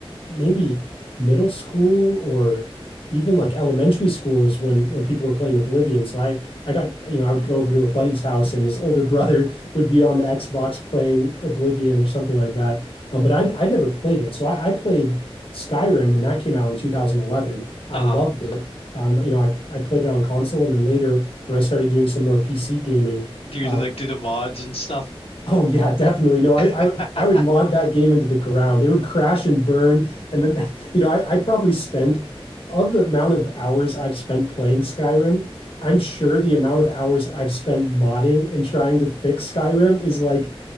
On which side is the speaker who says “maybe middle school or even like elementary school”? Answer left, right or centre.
Left